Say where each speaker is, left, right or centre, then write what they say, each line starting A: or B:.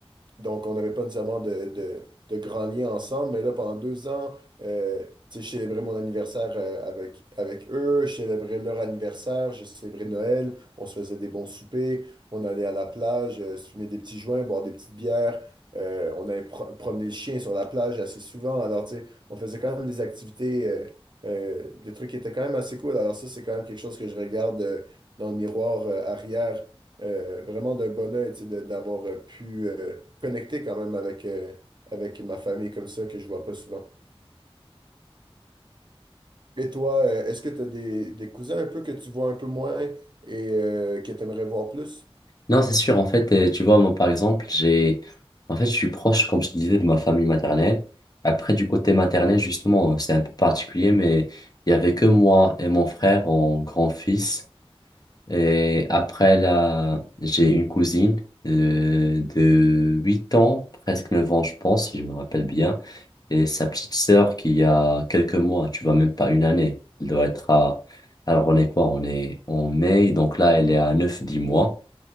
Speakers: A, on the right; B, on the left.
A: Donc, on n'avait pas nécessairement de, de, de grands liens ensemble, mais là, pendant deux ans, euh, tu sais, je célébrais mon anniversaire euh, avec, avec eux, je célébrais leur anniversaire, je célébrais Noël, on se faisait des bons soupers, on allait à la plage, euh, se fumer des petits joints, boire des petites bières, euh, on allait pro- promener le chien sur la plage assez souvent. Alors, tu sais, on faisait quand même des activités, euh, euh, des trucs qui étaient quand même assez cool. Alors, ça, c'est quand même quelque chose que je regarde euh, dans le miroir euh, arrière euh, vraiment d'un bonheur, tu sais, de- d'avoir euh, pu euh, connecter quand même avec, euh, avec ma famille comme ça, que je vois pas souvent. Et toi, euh, est-ce que tu as des, des cousins un peu que tu vois un peu moins et euh, que tu aimerais voir plus?
B: Non, c'est sûr. En fait, euh, tu vois, moi, par exemple, j'ai, en fait, je suis proche, comme je te disais, de ma famille maternelle. Après, du côté maternel, justement, euh, c'est un peu particulier, mais il y avait que moi et mon frère en grand-fils. Et après, là, j'ai une cousine euh, de 8 ans, presque 9 ans, je pense, si je me rappelle bien. Et sa petite sœur qui a quelques mois, tu vois, même pas une année. Elle doit être à, alors on est quoi? On est en mai, donc là, elle est à neuf dix mois.